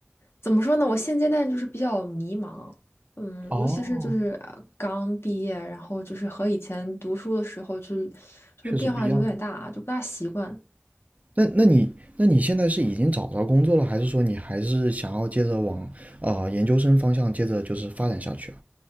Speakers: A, on the left (about 75°); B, on the right (about 35°).
A: 怎么说呢？我现阶段就是比较迷茫，嗯，
B: 哦，
A: 尤其是就是呃刚毕业，然后就是和以前读书的时候就是就是变化就有点大，
B: 确实不一样。
A: 啊，就不大习惯。
B: 那那你那你现在是已经找着工作了，还是说你还是想要接着往啊、呃研究生方向接着就是发展下去啊？